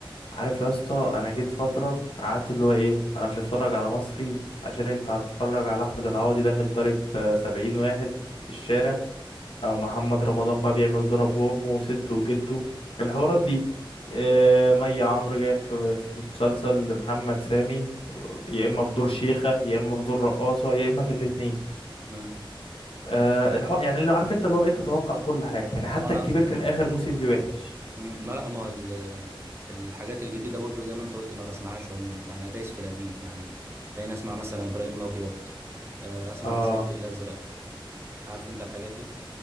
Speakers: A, on the left; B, on the right.
A: عارف يا اسطى انا جيت فتره قعدت اللي هو ايه انا مش هتفرج على مصري عشان انت هتتفرج على احمد العوضي داخل ضارب آه، سبعين واحد في الشارع او محمد رمضان بقى بيعمل ضرب وامه وسته وجده الحوارات دي آه، مي عمرو جايه في في مسلسل محمد سامي يا اما في دور شيخه يا اما في دور رقاصه يا اما في الاتنين
B: امم
A: آه الح... يعني اللي عارف انت اللي هو بقيت تتوقع كل حاجه يعني حتى
B: وانا
A: الكبير كان اخر موسم ليه وحش
B: مم، ما لا ما ال- الحاجات الجديده برضو زي ما انت قلت ما بسمعهاش عموما انا دايس في القديم يعني تلاقيني اسمع مثلا ابراهيم الابيض آه، اسمع
A: اه
B: مثلا الفيل الازرق عارف انت الحاجات دي